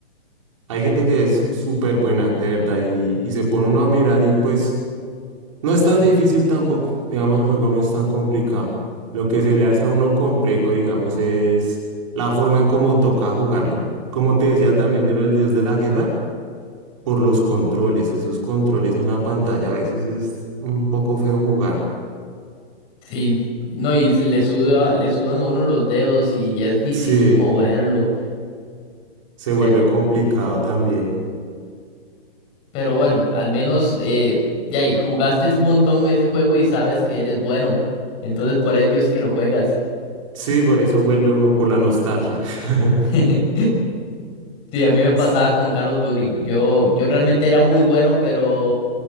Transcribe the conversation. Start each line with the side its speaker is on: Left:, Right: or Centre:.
Right: Hay gente que es súper buena, de verdad, y, y se pone uno a mirar y pues no es tan difícil tampoco, digamos, el juego no es tan complicado. Lo que se le hace a uno complejo, digamos, es la forma en cómo toca jugarlo. Como te decía también de lo del dios de la guerra, por los controles, esos controles en la pantalla a veces es un poco feo jugar.
Left: Sí, no, y se le suda, le sudan a uno los dedos y ya es difícil
Right: Sí,
Left: moverlo,
Right: se
Left: pero,
Right: vuelve complicado también.
Left: pero bueno, al menos eh, ya ahí, jugaste un montón ese juego y sabes que eres bueno, entonces por ello es que lo juegas.
Right: Sí, por eso vuelve uno por la nostalgia. <laughs>
Left: <laughs> Sí, a mí me pasaba
Right: Sí,
Left: con Call of Duty, yo, yo realmente era muy bueno, pero